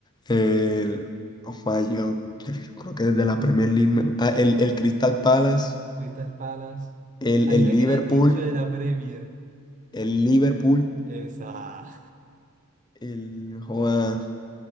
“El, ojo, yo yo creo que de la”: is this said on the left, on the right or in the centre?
Left